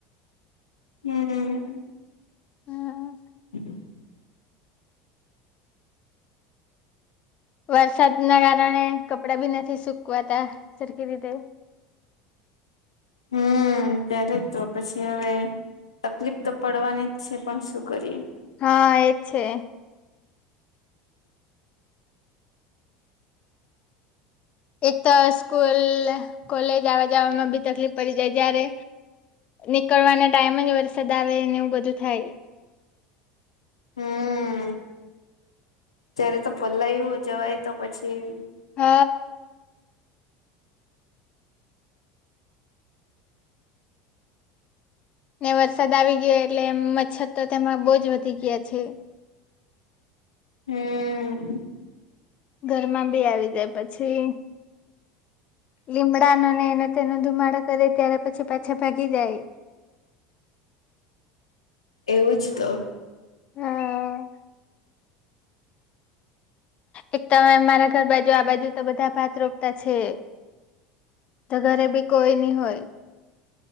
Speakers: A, on the left; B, on the left.
A: હમ્મ
B: હા,
A: <inaudible>
B: વરસાદ ના કારણે, કપડાભી નથી સુકવાતા સરખી રીતે.
A: હમ્મ ત્યારેજ તો પસી હવે તકલીફ તો પડવાની જ છે, પણ શું કરીએ.
B: હા એ છે. એક તો સ્કૂલ, કોલેજ આવા જવામાં બી તકલીફ પડી જાય જ્યારે નીકળવાના ટાઈમેજ વરસાદ આવે ને એવું બધું થાય.
A: હમ્મ ત્યારે તો પલાય જવાય તો પછી
B: હે ને વરસાદ આવી ગયો એટલે, મચ્છર તો તેમાં બહુજ વધી ગયા છે.
A: હમ્મ
B: ઘરમાં બી આવી જાય પછી લીમડાનો ને એને તેનો ધુમાડો કરે ત્યારે પછી પાછા ભાગી જાય.
A: એવું જ તો
B: હા એક તમે મારા ઘર બાજુ આ બાજુ તો બધા ભાત રો તા છે, તો ઘરે બી કોઈ ની હોય.